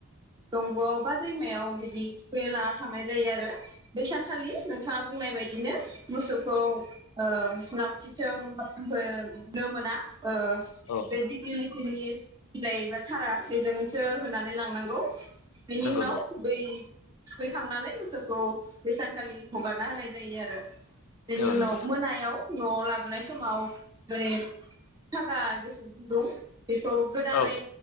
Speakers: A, on the right; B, on the left.
A: दंग'आव बा दैमायाव बिदि थुखैनो लाना थांनाय जायो आरो बेै सानखालि नोंथाङा बुंनाय बदिनो मोसौखौ ओ लावथिजों बुंनो मोना। ओ
B: औ
A: बे दिग्लिलिथिनि बिलाइ बा थरा बेजोंसो होनानै लांनांगौ। बेनि
B: नंगौ
A: उनाव
B: नंगौ
A: बै थुखैखांनानै मोसौखौ बे सानखालि हगारना होनाय जायो आरो। बेनि
B: औ
A: उनाव
B: नंगौ
A: मोनायाव न'आव लाबोनाय समाव दै थागा बे दं। बेखौ गोदानै
B: औ